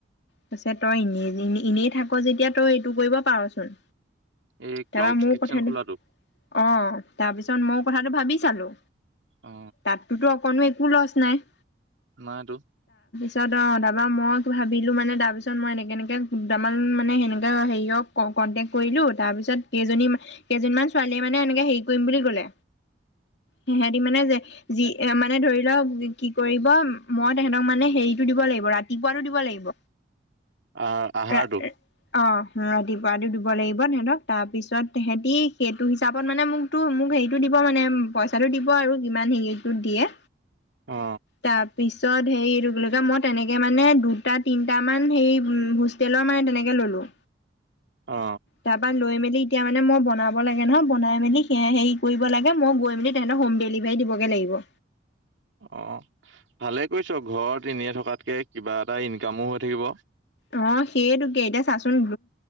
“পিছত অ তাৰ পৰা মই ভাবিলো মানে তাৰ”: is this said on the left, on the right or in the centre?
Left